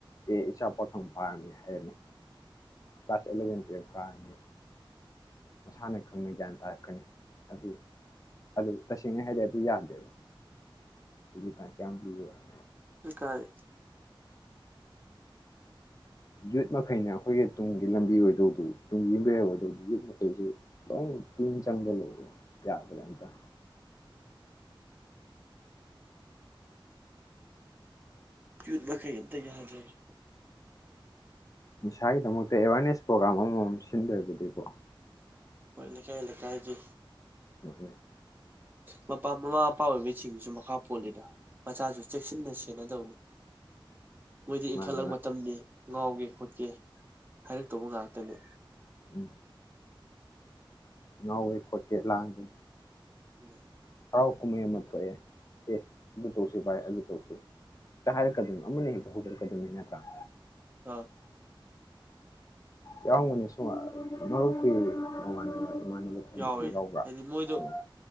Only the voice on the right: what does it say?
ꯂꯩꯀꯥꯏ
ꯌꯨꯠ ꯃꯈꯩ ꯑꯃꯇ ꯖꯥꯗ꯭ꯔꯦ꯫
ꯍꯣꯢ ꯂꯩꯀꯥꯏ ꯂꯩꯊꯥꯏꯒꯤ꯫
ꯃꯄꯥ ꯃꯃꯥ ꯃꯄꯥ ꯑꯣꯏꯕꯁꯤꯡꯁꯨ ꯃꯈꯥ ꯄꯣꯜꯂꯤꯗ ꯃꯆꯥꯁꯨ ꯆꯦꯛꯁꯤꯟꯅ ꯁꯦꯟꯅꯗꯧꯅꯤ꯫ ꯃꯣꯏꯗꯤ ꯏꯟꯈꯠꯂꯛ
ꯃꯇꯝꯅꯤ ꯉꯥꯎꯒꯦ ꯈꯣꯠꯀꯦ ꯍꯥꯏꯔꯛꯇꯧꯕ ꯉꯥꯛꯇꯅꯦ꯫
ꯎꯝ꯫
ꯑꯥ
ꯌꯥꯎꯋꯦ
ꯍꯥꯏꯗꯤ ꯃꯣꯏꯗꯣ